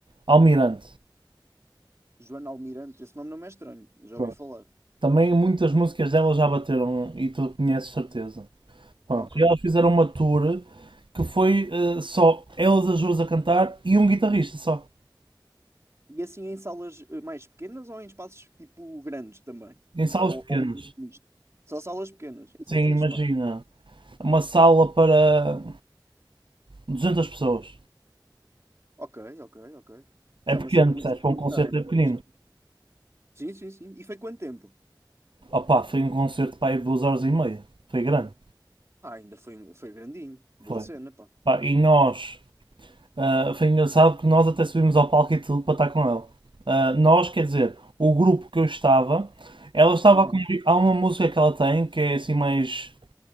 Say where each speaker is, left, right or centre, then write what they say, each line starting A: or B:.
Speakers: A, on the right (about 80°); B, on the right (about 35°).
A: Almirante.
B: Joana Almirante, esse nome não me é estranho, já
A: Pronto.
B: ouvi falar.
A: Também muitas músicas dela já bateram e tu conheces certeza. Pá.
B: Ok.
A: E elas fizeram uma tour que foi eh, só elas as duas a cantar e um guitarrista só.
B: E assim em salas eh, mais pequenas ou em espaços tipo grandes também?
A: Em salas
B: Ou,
A: pequenas.
B: ou um misto? Só salas pequenas, isso
A: Sim,
B: é fixe,
A: imagina.
B: pá.
A: Uma sala para 200 pessoas.
B: Ok, ok, ok.
A: É
B: Isso
A: pequeno,
B: é uma cena muito
A: percebes? Para
B: militar,
A: um concerto
B: é muito
A: é pequenino.
B: fixe. Sim, sim, sim. E foi quanto tempo?
A: Opa, foi um concerto para aí de duas horas e meia. Foi grande.
B: Ah, ainda foi, um, foi grandinho. Boa
A: Foi.
B: cena, pá.
A: Pá, e nós. ah, foi engraçado que nós até subimos ao palco e tudo para estar com ela. Ah, nós, quer dizer, o grupo que eu estava. Ela estava
B: Aham,
A: a convi- Há uma música que ela tem que é assim mais